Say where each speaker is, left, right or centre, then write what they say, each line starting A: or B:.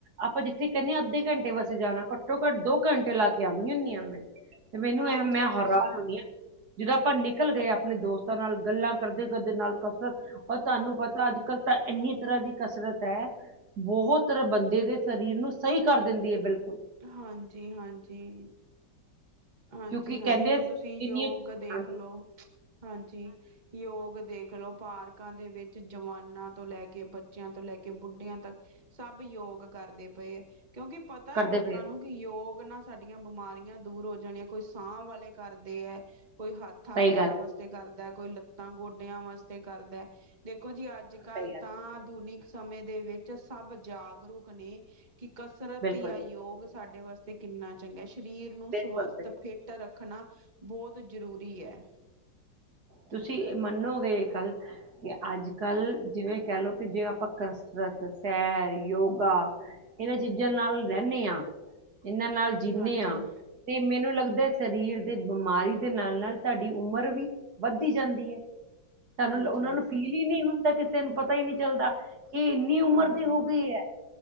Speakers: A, on the right; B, on the right.
A: ਆਪਾਂ ਜਿੱਥੇ ਕਹਨੇ ਹਾਂ ਅੱਧੇ ਘੰਟੇ ਵੈਸੇ ਜਾਣਾ ਘੱਟੋ-ਘੱਟ ਦੋ ਘੰਟੇ ਲਾ ਕੇ ਆਣੀ ਹੁਨੀ ਹਾਂ ਮੈਂ। ਮੈਨੂੰ
B: ਹਾਂਜੀ
A: ਇਹ ਮੈਂ
B: ਬਸ
A: ਹੈਰਾਨ ਹੁੰਨੀ ਹਾਂ। ਜਦੋਂ ਆਪਾਂ ਨਿਕਲ ਗਏ ਆਪਣੇ ਦੋਸਤਾਂ ਨਾਲ ਗੱਲਾਂ ਕਰਦੇ ਕਰਦੇ ਨਾਲ ਕਸਰਤ ਉਹ ਤੁਹਾਨੂੰ ਪਤਾ ਅੱਜ ਕੱਲ ਪੈ ਤਾਂ ਇੰਨੀ ਤਰ੍ਹਾਂ ਦੀ ਕਸਰਤ ਹੈ ਬਹੁਤ ਰ ਬੰਦੇ ਦੇ ਸਰੀਰ ਨੂੰ ਸਹੀ ਕਰ ਦਿੰਦੀ ਹੈ ਬਿਲਕੁਲ।
B: ਹਾਂਜੀ-ਹਾਂਜੀ ਹਾਂਜੀ-ਹਾਂਜੀ
A: ਕਿਉਂਕਿ ਕਹਿੰਦੇ
B: ਹੁਣ ਤੁਸੀਂ
A: ਇੰਨੀ
B: ਯੋਗ
A: ਹਾਂਜੀ
B: ਦੇਖ ਲੋ। ਹਾਂਜੀ ਯੋਗ ਦੇਖ ਲੋ ਪਾਰਕ ਕਾ ਦੇ ਵਿੱਚ ਜਵਾਨਾਂ ਤੋਂ ਲੈ ਕੇ ਬੱਚਿਆਂ ਤੋਂ ਲੈ ਕੇ ਬੁੱਢੀਆਂ ਤੱਕ ਸਭ ਯੋਗ ਕਰਦੇ ਪਏ ਹੈ। ਕਿਉਕਿ ਪਤਾ
A: ਕਰਦੇ
B: ਹੈ ਲੋਕਾਂ
A: ਪਏ ਆ
B: ਨੂੰ ਕਿ ਯੋਗ ਨਾਲ ਸਾਡੀਆਂ ਬਿਮਾਰੀਆਂ ਦੂਰ ਹੋ ਜਾਣੇ ਕੋਈ ਸਾਹ ਵਾਲੇ ਕਰਦੇ ਹੈ ਕੋਈ ਹੱਥਾਂ
A: ਸਹੀ
B: ਪੈਰਾਂ
A: ਗੱਲ
B: ਵਾਸ
A: ਹੈ
B: ਕਰਦਾ ਕੋਈ ਲੱਤਾਂ ਗੋਡਿਆਂ ਵਾਸਤੇ ਕਰਦਾ ਦੇਖੋ ਜੀ ਅੱਜ- ਕੱਲ
A: ਸਹੀ ਗੱਲ
B: ਤਾਂ
A: ਹੈ,
B: ਦੁਨੀ ਸਮੇਂ ਦੇ ਵਿੱਚ ਸਭ ਜਾਗਰੂਕ ਨੇ ਕਿ ਕਸਰਤ
A: ਬਿਲਕੁਲ
B: ਯਾਂ ਯੋਗ ਸਾਡੇ ਵਾਸਤੇ ਕਿੰਨਾ ਚੰਗਾ ਸਰੀਰ ਨੂੰ
A: ਬਿਲਕੁਲ
B: ਸਵਸਥ
A: ਬਿਲਕੁਲ
B: ਫਿੱਟ ਰੱਖਣਾ ਬਹੁਤ ਜ਼ਰੂਰੀ ਹੈ।
A: ਤੁਸੀਂ ਮੰਨੋਗੇ ਇਕ ਗੱਲ ਕਿ ਅੱਜ ਕੱਲ ਜਿਵੇਂ ਕਹਿ ਲੋਓ ਕਿ ਜੇ ਆਪਾਂ ਕਸਰਤ, ਸੈਰ, ਯੋਗਾ। ਇਹਨਾਂ ਚੀਜ਼ਾਂ ਨਾਲ ਰਹਿਨੇ ਹਾਂ ਇਹਨਾਂ ਨਾਲ ਜਿੰਨੇ
B: ਹਾਂਜੀ
A: ਹਾਂ ਤੇ ਮੈਨੂੰ ਲੱਗਦਾ ਸਰੀਰ ਦੇ ਬਿਮਾਰੀ ਦੇ ਨਾਲ-ਨਾਲ ਤੁਹਾਡੀ ਉਮਰ ਵੀ ਵੱਧਦੀ ਜਾਂਦੀ ਹੈ ਸਾਨੂੰ
B: ਹਾਂਜੀ,
A: ਉਹਨਾਂ ਨੂੰ ਫੀਲ ਹੀ ਨਹੀ ਹੁੰਦਾ ਕਿਸੇ ਨੂੰ ਪਤਾ ਹੀ ਨਹੀਂ ਚੱਲਦਾ। ਕਿ ਇੰਨੀ ਉਮਰ
B: ਹਾਂਜੀ,
A: ਦੀ ਹੋ ਗਈ ਹੈ